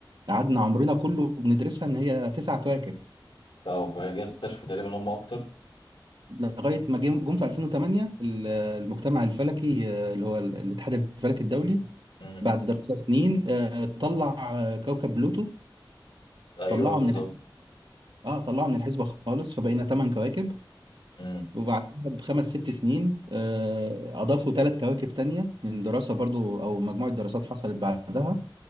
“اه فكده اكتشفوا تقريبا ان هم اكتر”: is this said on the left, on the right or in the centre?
Left